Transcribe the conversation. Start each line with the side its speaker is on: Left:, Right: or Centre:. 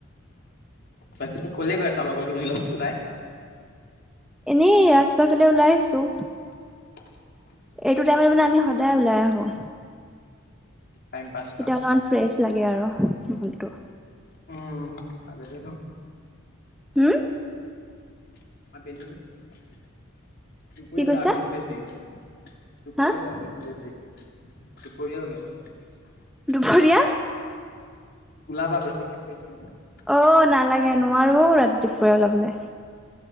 Left: বাকী ক'লৈ গৈ আছা? লগৰগিজনী লগত ওলাই।
Centre: এনেই ৰাস্তা ফালে ওলাই আহিছোঁ।
Left: <inaudible>
Centre: এইটো টাইমত মানে আমি সদায় ওলাই আহোঁ।
Left: টাইম পাছ
Centre: তেতিয়া
Left: ন
Centre: অলপমান ফ্ৰেচ লাগে আৰু মনটো।
Left: উম, আগতেও ন?
Centre: হুম?
Left: আবেলিহে, দুপৰীয়া আবিবা, আৰু বেছি
Centre: কি কৈছা
Left: ফ্ৰেচ লাগিব। দুপৰীয়া
Centre: হা
Left: যাবা বেছি ফ্ৰেচ লাগিব, দুপৰীয়া উলাবা।
Centre: দুপৰীয়া।
Left: ওলাবা, বেছিকে ফ্ৰেচ লাগিব।
Centre: অ', নালাগে নোৱাৰো ঔ, ৰা দুপৰীয়া ওলাবলে।